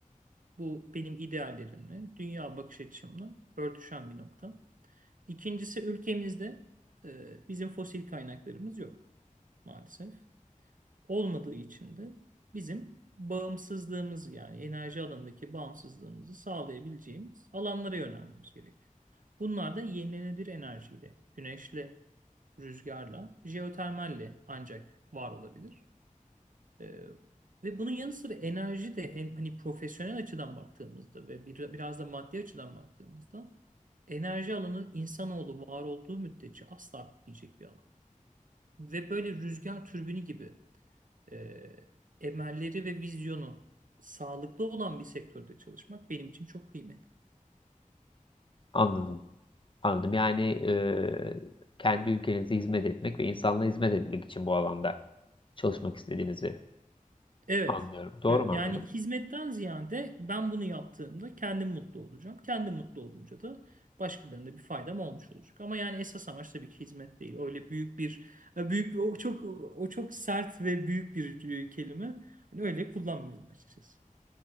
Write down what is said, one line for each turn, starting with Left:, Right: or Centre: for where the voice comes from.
Right: Bu benim ideallerimle, dünya bakış açımla örtüşen bir nokta. İkincisi ülkemizde e, bizim fosil kaynaklarımız yok maalesef. olmadığı için de bizim bağımsızlığımız yani enerji alanındaki bağımsızlığımızı sağlayabileceğimiz alanlara yönelmemiz gerekiyor. Bunlar da yenilenebilir enerjiyle, güneşle, rüzgarla, jeotermalle ancak var olabilir. Ee, ve bunun yanı sıra enerji de hem hani profesyonel açıdan baktığımızda ve bir, biraz da maddi açıdan baktığımızda enerji alanı insanoğlu var olduğu müddetçe asla bitmeyecek bir alan. Ve böyle rüzgar türbini gibi e, emelleri ve vizyonu sağlıklı olan bir sektörde çalışmak benim için çok kıymetli.
Left: Anladım. Anladım. Yani e, kendi ülkenize hizmet etmek ve insanlığa hizmet etmek için bu alanda çalışmak istediğinizi
Right: Evet,
Left: anlıyorum. Doğru
Right: evet.
Left: mu anladım?
Right: Yani hizmetten ziyade ben bunu yaptığımda kendim mutlu olacağım. Kendim mutlu olunca da başkalarına da bir faydam olmuş olacak. Ama yani esas amaç tabii ki hizmet değil. Öyle büyük bir e, büyük bir- o çok o çok sert ve büyük bir e, kelime. Hani öyle kullanmıyorum açıkçası.